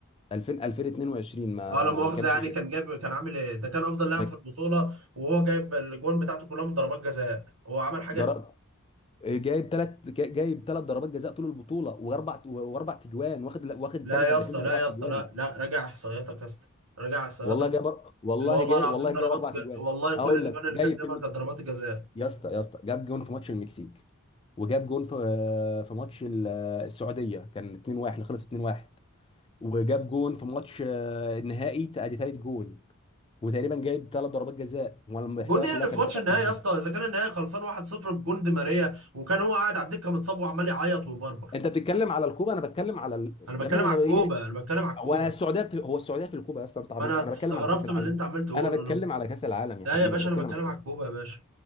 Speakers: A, on the left; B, on the right.
A: 2000 2022 ما
B: اه لا
A: ما
B: مؤاخذه
A: ما كانش
B: يعني
A: ش-
B: كان جاب كان عامل ايه ده كان افضل لاعب
A: ما
B: في
A: ك-
B: البطوله وهو جايب الاجوان بتاعته كلها من ضربات جزاء هو عمل حاجه
A: در... جايب ثلاث جايب ثلاث ضربات جزاء طول البطوله واربع واربع تجوان واخد واخد
B: لا
A: تاني
B: يا
A: هدافين
B: اسطى
A: بسبع
B: لا يا
A: تجوان
B: اسطى لا لا راجع احصائياتك يا اسطى راجع احصائياتك
A: والله جايب أر- والله
B: لا والله
A: جاي
B: العظيم
A: والله
B: ضربات
A: جايب اربع اجوان
B: ج... والله كل
A: اقول
B: الاجوان
A: لك
B: اللي
A: جاي
B: كان جابها
A: في المكسيك
B: كانت ضربات الجزاء
A: يا اسطى يا اسطى جاب جون في ماتش المكسيك وجاب جون في آه، في ماتش ال- آه، السعوديه كان 2-1 اللي خلص 2-1 وجاب جون في ماتش آه، النهائي ت- ادي ثالث جون وتقريبا جايب ثلاث ضربات جزاء وانا الاحصائيه
B: جون ايه
A: كلها
B: اللي
A: كان
B: في ماتش
A: سبع
B: النهائي
A: اجوان
B: يا اسطى اذا كان النهائي خلصان 1-0 بجون دي ماريا وكان هو قاعد على الدكه متصاب وعمال يعيط ويبربر
A: انت بتتكلم على الكوبا انا بتكلم على ال...
B: انا
A: يا
B: بتكلم
A: ابني انا
B: على الكوبا
A: ايه
B: انا بتكلم على الكوبا
A: هو انا السعوديه بت... هو السعوديه في الكوبا يا اسطى انت عبيط
B: ما انا
A: انا
B: استغربت
A: بتكلم على كاس العالم
B: من اللي انت عمال تقوله
A: انا بتكلم
B: له
A: على كاس العالم يا
B: ده
A: حبيبي
B: يا باشا
A: انا بتكلم
B: انا بتكلم
A: على كاس
B: على الكوبا يا باشا